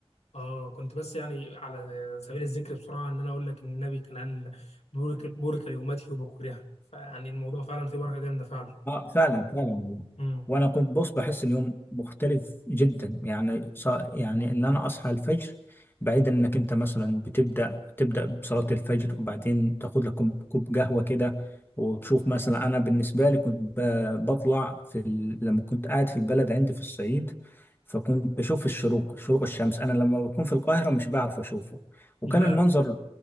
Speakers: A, on the left; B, on the left.
A: اه كنت بس يعني على سبيل الذكر بسرعه ان انا اقول لك ان النبي كان قال بورك بورك لامتي وبكورها فيعني الموضوع فعلا فيه بركه جامده فعلا
B: اه فعلا فعلا والله.
A: امم
B: وانا كنت بص بحس اليوم مختلف جدا يعني ص... يعني ان انا اصحى الفجر بعيدا انك انت مثلا بتبدا تبدا بصلاه الفجر وبعدين تاخد لك كوب كوب قهوه كده وتشوف مثلا انا بالنسبه لي كنت ب... بطلع في ال... لما كنت قاعد في البلد عندي في الصعيد فكنت بشوف الشروق شروق الشمس انا لما بكون في القاهره مش بعرف اشوفه وكان
A: ايه بقى
B: المنظر